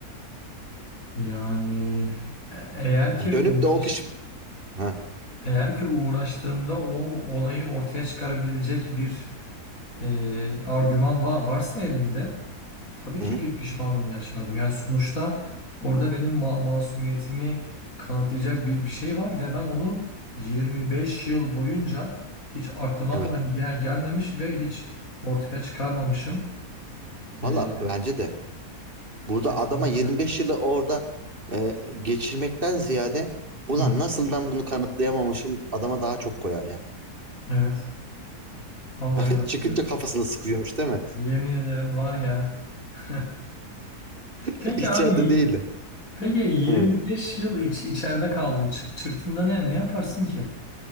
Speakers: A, on the left (about 60°); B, on the right (about 35°).
A: Yani e- eğer ki
B: Hani Dönüp
A: uğraş,
B: de o piş... Ha,
A: eğer ki uğraştığımda o olayı ortaya çıkarabilecek bir e, argüman va varsa elimde tabii
B: hı
A: ki
B: hı,
A: pi- pişmanlığını yaşardım. Yani sonuçta orada benim ma masumiyetimi kanıtlayacak bir, bir şey var ve ben onu 25 yıl boyunca hiç aklıma
B: evet.
A: dahi gel gelmemiş ve hiç ortaya çıkarmamışım. E,
B: Valla bence de. Burada
A: kesinlikle.
B: adama 25 yılı orada e, geçirmekten ziyade ulan
A: Hı hı.
B: nasıl ben bunu kanıtlayamamışım adama daha çok koyar ya.
A: Evet. Vallahi
B: <laughs>
A: doğru
B: Çıkınca
A: diyorsun.
B: kafasına sıkıyormuş değil mi?
A: Yemin ederim var ya. <laughs>
B: <laughs>
A: Peki
B: İçeride
A: abi yir-
B: değildi.
A: Peki yirmi
B: Hı.
A: beş yıl iç, içeride kaldın. Çık, çıktığında ne ne yaparsın ki?